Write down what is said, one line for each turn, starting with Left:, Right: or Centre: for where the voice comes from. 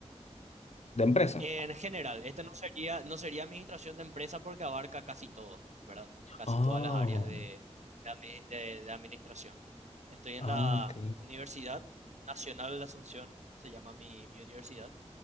Left: ¿De empresa?
Right: En general, este no sería, no sería administración de empresa porque abarca casi todo, ¿verdad? Casi
Left: Oh,
Right: todas las áreas de, de, admi- de- de administración. Estoy en
Left: ah,
Right: la
Left: ok.
Right: Universidad Nacional de Asunción, se llama mi, mi universidad,